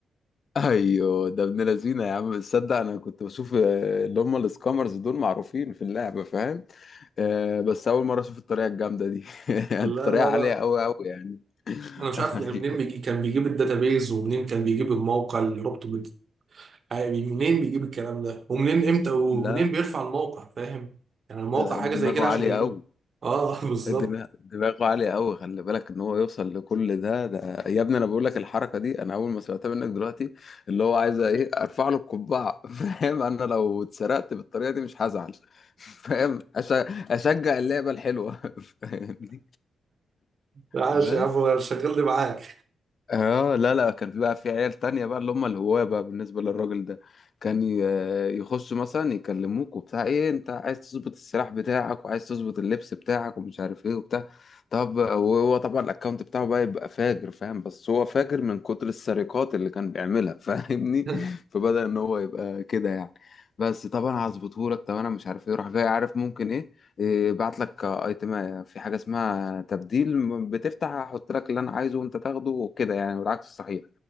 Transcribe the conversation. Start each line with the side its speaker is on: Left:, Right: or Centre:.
Left: ايوه ده ابن لذينه يا عم تصدق انا كنت بشوف آه، اللي هم السكامرز دول معروفين في اللعبه فاهم آه، بس اول مره اشوف الطريقه الجامده دي <laughs>
Right: لا
Left: الطريقه
Right: لا
Left: عاليه
Right: لا
Left: قوي قوي يعني
Right: انا مش
Left: <laughs>
Right: عارف يعني منين
Left: ايوه
Right: بيجي كان بيجيب الداتابيز ومنين كان بيجيب الموقع اللي ربطه يعني منين بيجيب الكلام ده ومنين امتى ومنين
Left: لا
Right: بيرفع الموقع فاهم يعني الموقع
Left: ده
Right: حاجه
Left: دماغه
Right: زي كده عشان
Left: عاليه
Right: يجي
Left: قوي
Right: لك. اه <laughs> بالظبط
Left: دماغ- دماغه عالية قوي خلي بالك ان هو يوصل لكل ده ده يا ابني انا بقول لك الحركة دي انا اول ما سمعتها منك دلوقتي اللي هو عايز ايه ارفع له القبعة <laughs> فاهم انا لو اتسرقت بالطريقة دي مش هزعل <laughs> فاهم أش- اشجع اللعبة الحلوة <laughs> فاهمني
Right: عاش
Left: بس
Right: يا عم شغلني معاك
Left: اه لا لا كان في بقى في عيال تانية بقى اللي هم الهواة بقى بالنسبة للراجل ده كان ي- يخشوا مثلا يكلموك وبتاع ايه انت عايز تظبط السلاح بتاعك وعايز تظبط اللبس بتاعك ومش عارف ايه وبتاع طب وهو طبعا الاكونت بتاعه بقى يبقى فاجر فاهم بس هو فاجر من كتر السرقات اللي كان بيعملها فاهمني
Right: <laughs>
Left: <laughs> فبدأ ان هو يبقى كده يعني بس طب انا هظبطهولك طب انا مش عارف ايه راح جاي عارف ممكن ايه إيه، بعت لك ايتم في حاجه اسمها تبديل بتفتح احط لك اللي انا عايزه وانت تاخده وكده يعني والعكس صحيح